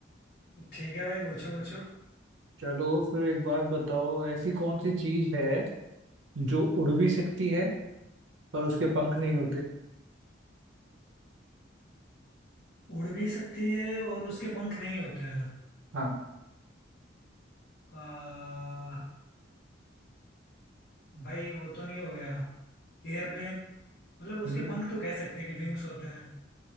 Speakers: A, on the left (about 55°); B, on the right (about 80°).
A: ठीक है भाई पूछो पूछो
B: चलो फिर एक बात बताओ ऐसी कौन सी चीज है जो उड़ भी सकती है पर उसके पंख नहीं होते
A: उड़ भी सकती है और उसके पंख नहीं होते हैं
B: हाँ
A: आ, भाई वो तो नहीं हो गया एयरप्लेन मतलब
B: <laughs>
A: उसके
B: हम्म।
A: पंख तो कह सकते हैं कि विंग्स होते हैं